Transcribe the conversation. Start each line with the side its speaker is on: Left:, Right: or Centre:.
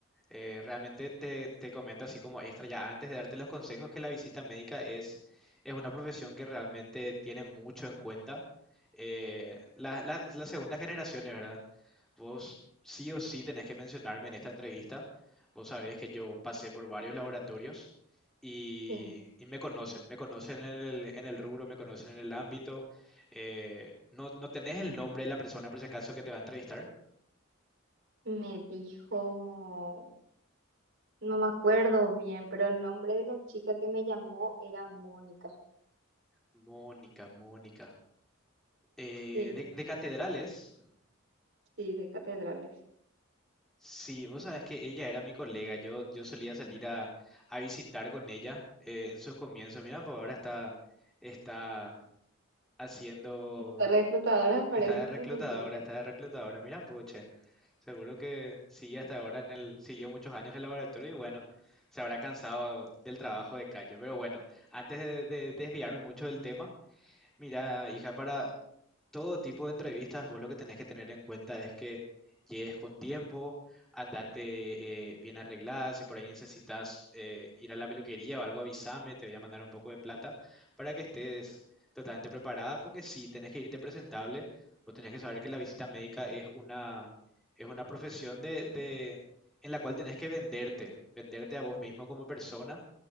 Centre: Eh, realmente te, te comento así como extra ya antes de darte los consejos que la visita médica es, es una profesión que realmente tiene mucho en cuenta. Eh, la- la- las segundas generaciones, ¿verdad? Vos sí o sí tenés que mencionarme en esta entrevista. Vos sabés que yo pasé por varios laboratorios y,
Right: Sí,
Centre: y me conocen, me conocen en el, en el rubro, me conocen en el ámbito. Eh, ¿no, no tenés el nombre de la persona por si acaso que te va a entrevistar?
Right: me dijo, no me acuerdo bien, pero el nombre de la chica que me llamó era Mónica.
Centre: Mónica, Mónica. Eh,
Right: Sí,
Centre: de, de catedrales,
Right: Sí, de catedrales.
Centre: sí, vos sabés que ella era mi colega, yo, yo solía salir a, a visitar con ella eh, en sus comienzos. Mira, pues ahora está, está haciendo
Right: Estas reclutadoras parecen
Centre: Está de reclutadora,
Right: que ascendía.
Centre: está de reclutadora. Mira un poco, che. Seguro que sigue hasta ahora en el, siguió muchos años en el laboratorio y bueno, se habrá cansado del trabajo de calle. Pero bueno, antes de, de desviarme mucho del tema, Mira, hija, para todo tipo de entrevistas, vos lo que tenés que tener en cuenta es que llegues con tiempo, andate eh, bien arreglada, si por ahí necesitas eh, ir a la peluquería o algo, avísame, te voy a mandar un poco de plata para que estés totalmente preparada, porque si tenés que irte presentable, vos tenés que saber que la visita médica es una, es una profesión de, de- en la cual tenés que venderte, venderte a vos mismo como persona